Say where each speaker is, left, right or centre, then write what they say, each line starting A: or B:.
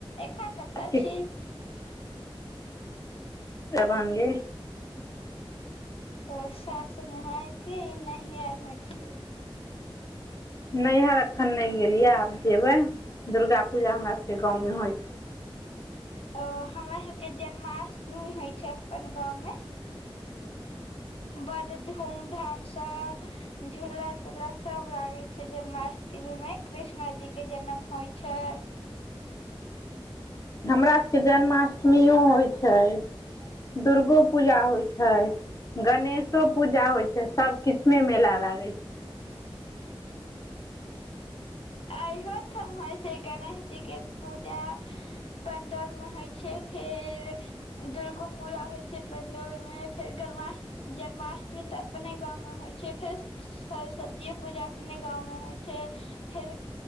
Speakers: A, on the left; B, on the left.
A: एखन कतअ
B: की
A: छी।
B: दरभंगे।
A: ओ सासुर में कि नहियर मे छी।
B: नैहियर एखन नय गेलियै आब जेबै दुर्गा पूजा हमरा सभके गाँवमे होय छै।
A: ओ हमरा सबके जन्माष्टमी होइ छै अपन गाँवमे, बड़ धूम धामसँ, झूला तूला सब लागे छै जन्माष्टमी में कृष्णा जी के जनम होय छै।
B: हमरा सबके जन्माष्टमीयै होय छै। दुर्गो पूजा होय छै। गणेशो पूजा होय छै सब किछ मे मेला लागे छै।
A: अहियो ठम होय छै गणेश जी के पूजा, पंडौर मे होइ छै फेर, दुर्गो पूजा होय छै पडौल में फेर गरमाष्, जन्माष्टमी त अपने गाँवं में होइ छै फेर सरस्वतीे पूजा अपने गाँवं मे, छै फेरो